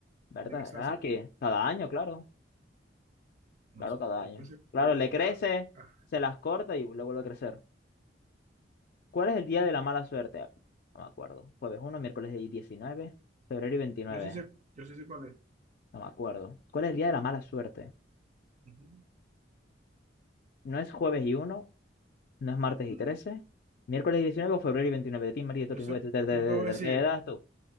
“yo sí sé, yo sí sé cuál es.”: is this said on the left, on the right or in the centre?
Right